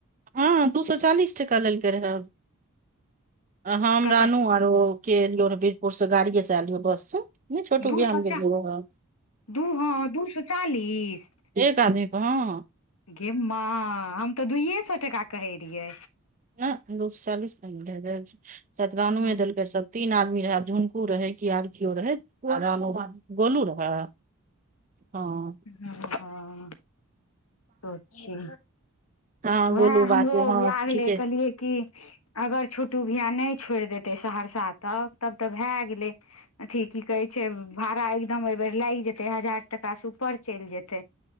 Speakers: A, on the right (about 35°); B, on the left (about 80°).
A: हँ दू सए चालीस टका लेलकै रहे हम
B: कते
A: रानु लियो वीरपुर से गाड़िए से एलियौ बस से छोटू
B: दू
A: के बियाह
B: सओ
A: मे गेलियौ
B: चा
A: रहे
B: दू हँ दू स चालीस
A: एक आदमी क हँ
B: गे माय हम तऽ दुइए सए टाका कहै रहियै
A: न दु स चालीस लेलकै सायद रानु
B: हँ
A: देलकै सब तीन आदमी रहे आब झुनकू रहे कि आर कियो रहे आ गोलू रहे हँ
B: हँ अच्छा
A: हँ
B: वएह
A: गोलू
B: हमरो
A: बासु हँ
B: लागलै
A: ठीके
B: कहलियए कि अगर छोटू भैया नहि छोड़ि देतै सहरसा तक तब तऽ भए गेलै अथी की कहै छै भाड़ा एकदम एहि बेर लागि जेते हजार टका से ऊपर चलि जेतै